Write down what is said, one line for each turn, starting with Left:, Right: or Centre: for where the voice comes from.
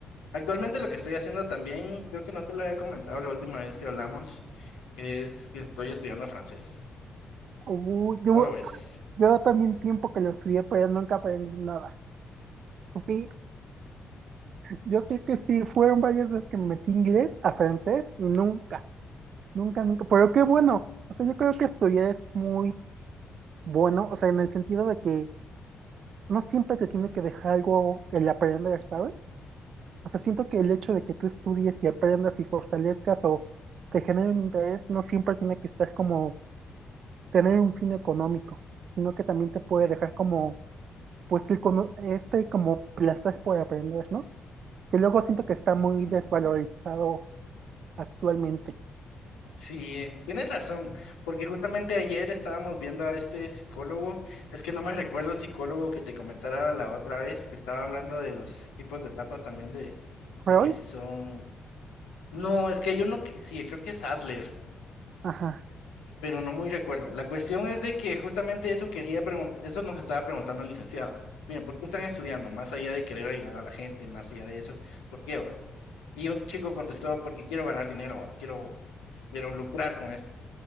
Left: Actualmente lo que estoy haciendo también, creo que no te lo había comentado la última vez que hablamos, es que estoy estudiando francés.
Right: Uy,
Left: ¿Cómo
Right: yo,
Left: lo ves?
Right: yo también tiempo que lo estudié, pero nunca aprendí nada. sí yo creo que sí, fueron varias veces que me metí inglés a francés y nunca, nunca, nunca. Pero qué bueno. O sea, yo creo que estudiar es muy Bueno, o sea, en el sentido de que no siempre te tiene que dejar algo el aprender, ¿sabes? O sea, siento que el hecho de que tú estudies y aprendas y fortalezcas
Left: Mm,
Right: o te genere un interés no siempre tiene que estar como tener un fin económico, sino que también te puede
Left: Sí, ¿verdad?
Right: dejar como, pues, el cono- este como placer por aprender, ¿no? Que luego siento que está
Left: Ujú.
Right: muy desvalorizado actualmente.
Left: Sí, eh, tienes razón, porque justamente ayer estábamos viendo a este psicólogo, es que no me recuerdo el psicólogo que te comentaba la otra vez, que estaba hablando de los tipos de etapas también de,
Right: Freud,
Left: de que si son... No, es que hay uno que sí, creo que es Adler,
Right: ajá,
Left: pero no muy recuerdo. La cuestión es de que justamente eso quería preguntar, eso nos estaba preguntando el licenciado. Miren, ¿por qué están estudiando? Más allá de querer ayudar a la gente, más allá de eso, ¿por qué va? Y un chico contestó, porque quiero ganar dinero, va, quiero, quiero lucrar con esto.